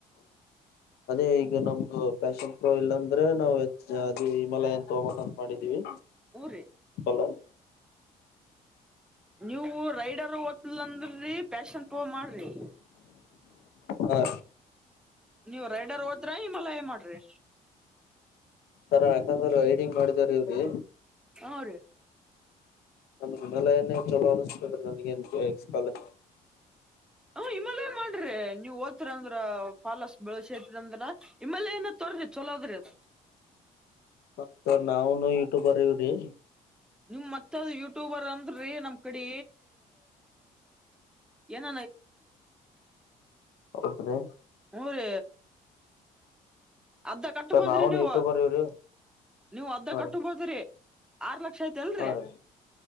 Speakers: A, on the left; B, in the centre.
A: ಅದೇ ಈಗ ನಮ್ಗ ಫ್ಯಾಷನ್ ಪ್ರೋ ಇಲ್ಲಾಂದ್ರೆ ನಾವು ಹೆ ಅದು ಹಿಮಾಲಯ ಅಂತ ಹೋಗೋಕ್ ಅಂತ ಮಾಡಿದೀವಿ
B: ಹ್ಞೂ ರೀ
A: ಎಲ
B: ನೀವು ರೈಡರ್ ಓತ್ಲ್ ಅಂದ್ರಿ ಪ್ಯಾಷನ್ ಪೋ ಮಾಡ್ರಿ
A: ಹ
B: ನೀವ ರೈಡರ್ ಹೋದ್ರ ಇಮ್ಮಲ್ಲ ಏ ಮಾಡ್ರಿ
A: ಸರ ಯಾಕಂದ್ರ ಹೈಡಿಂಗ್ ಮಾಡಿದಾರ ಇವ್ರಿ
B: ಹಾ ರೀ
A: ಕೂದಲೇೇ ಇಷ್ಟಷ್ಟಾಲ
B: ಹ ಹಿಮಾಲಯ ಮಾಡ್ರಿ ನೀವ್ ಓದ್ತಿರ ಅಂದ್ರ ಫಾಲಸ್ ಬೆಳಸಂದ್ರ ಇಮ ಏನ ್ರಿ ಚಲೋದ್ರ ಅ
A: ಹ ಸರ್ ನಾವನು ಯೂಟ್ಯೂಬರ್ ಇವ್ರಿ
B: ನಿಮ್ ಮತ್ತೆ ಅದು ಯೂಟ್ಯೂಬರ್ ಅಂದ್ರೀ ನಮ್ ಕಡೆ ಏನ
A: ಹೌದ್ರಿ
B: ಹ ರ ಅದ್ದ ಕಟ್ಬೋದ್ರಿ
A: ಸರ್ ನಾವುನು
B: ನೀವು
A: ಯೂಟ್ಯೂಬರ್ ಇವ್ರಿ
B: ನೀವು ಅದ್ದ
A: ಹಾ
B: ಕಟ್ಬೋದ್ರಿ
A: ರೀ
B: ಆರು ಲಕ್ಷ ಲಕ್ಷ ಆತ ಅಲ್ರಿ
A: ಹಾ ರೀ